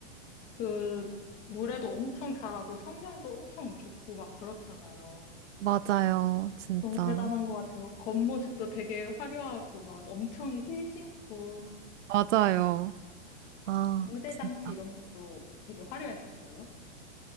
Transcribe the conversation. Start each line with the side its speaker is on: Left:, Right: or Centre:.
Left: 그, 노래도 엄청 잘하고 성량도 엄청 좋고 막 그렇잖아요.
Right: 맞아요. 진짜.
Left: 너무 대단한 것 같아요. 겉모습도 되게 화려하고 막 엄청 힐 신고
Right: 맞아요. 아,
Left: 무대
Right: 진짜.
Left: 장치 이런 것도 되게 화려했었어요.